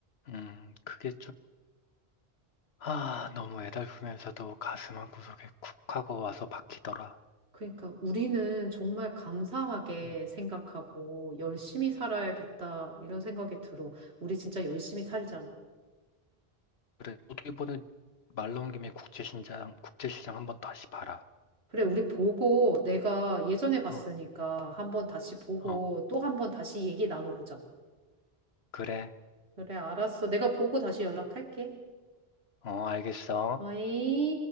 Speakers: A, on the left; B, on the right.
A: 음 그게 아, 너무 애달프면서도 가슴 한구석에 쿡 하고 와서 박히더라.
B: 그러니까 우리는 정말 감사하게
A: 음.
B: 생각하고 열심히 살아야겠다 이런 생각이 들어. 우리 진짜 열심히 살자.
A: 그래, 너도 이번에 말 나온 김에 국제시장, 국제시장 한번 다시 봐라.
B: 그래, 우리 보고 내가 예전에 봤으니까
A: 어,
B: 한번 다시 보고
A: 어,
B: 또 한번 다시 얘기 나눠보자.
A: 그래.
B: 그래, 알았어. 내가 보고 다시 연락할게.
A: 어, 알겠어.
B: 어이?